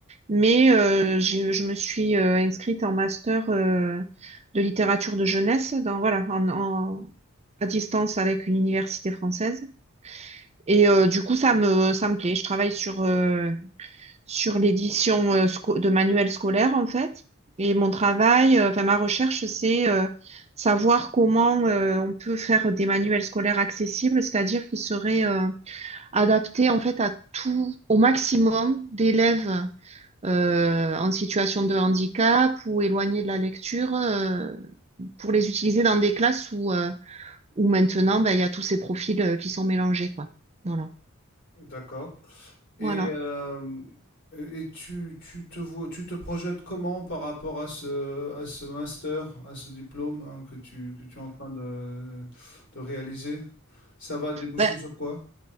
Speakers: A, on the right; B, on the left.
A: Mais euh, j'ai- je me suis euh, inscrite en master euh, de littérature de jeunesse dans, voilà, en, en- à distance avec une université française. Et euh, du coup, ça me, ça me plaît. Je travaille sur, euh, sur l'édition euh, sco- de manuels scolaires, en fait. Et mon travail, euh, enfin ma recherche, c'est euh, savoir comment euh, on peut faire des manuels scolaires accessibles, c'est-à-dire qu'ils seraient euh, adaptés en fait à tout, au maximum d'élèves euh, en situation de handicap ou éloignés de la lecture euh, pour les utiliser dans des classes où, euh, où maintenant ben, il y a tous ces profils euh, qui sont mélangés, quoi. Voilà.
B: D'accord. Et,
A: Voilà.
B: euh, et tu, tu te vois, tu te projettes comment par rapport à ce, à ce master, à ce diplôme hein, que tu, que tu es en train de, de réaliser? Ça va déboucher
A: Ben,
B: sur quoi?